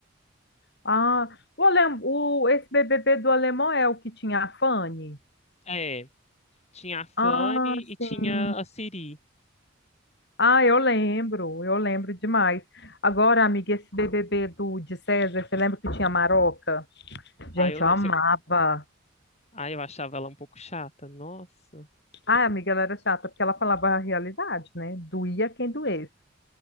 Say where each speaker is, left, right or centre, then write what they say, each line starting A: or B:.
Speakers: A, on the left; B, on the left.
A: Ah, o alem, o, esse BBB do alemão é o que tinha a Fanny?
B: É. Tinha a Fanny
A: Ah,
B: e tinha
A: sim.
B: a Siri.
A: Ah, eu lembro, eu lembro demais. Agora, amiga, esse BBB do de César, você lembra que tinha Maroca? Gente,
B: Aí eu,
A: eu
B: lem-
A: amava.
B: cê- aí eu achava ela um pouco chata. Nossa.
A: Ai, amiga, ela era chata, porque ela falava a realidade, né? Doía quem doesse.